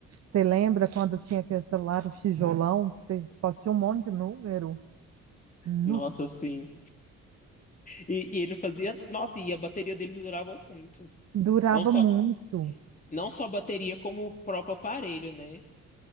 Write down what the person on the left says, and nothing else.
Nossa, sim. E, e ele fazia. Nossa, e a bateria deles durava muito.
Não só,
não só a bateria, como o próprio aparelho, né?